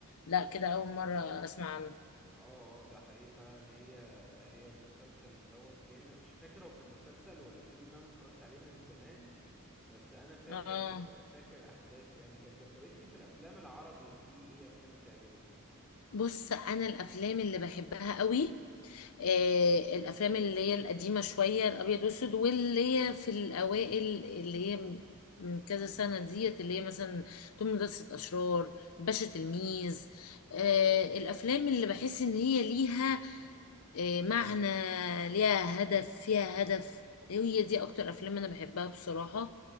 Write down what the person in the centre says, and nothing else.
اه اه ده حقيقي فعلا هي هي المسلسل دوت جامد أنا مش فاكر هو كان مسلسل ولا فيلم ان انا اتفرجت عليه من زمان بس انا فاكر
فاكر احداثه يعني كانت جامدة طب انتي في الافلام العربي في ايه افلام بتعجبك
اه